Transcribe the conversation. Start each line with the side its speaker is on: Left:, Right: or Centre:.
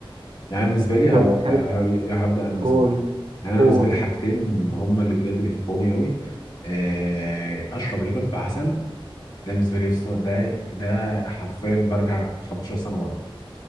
Left: يعني أنا بالنسبه لي
Right: كان
Left: هو...
Right: كانت
Left: ه- هبدا انا مثلا
Right: قول
Left: يعني انا
Right: قول
Left: بالنسبه لي حاجتين هم اللي بجد بيفكروني قوي آه، اشرب لبن بعسل ده بالنسبه لي يسطا ده ده حرفيا برجع 15 سنه ورا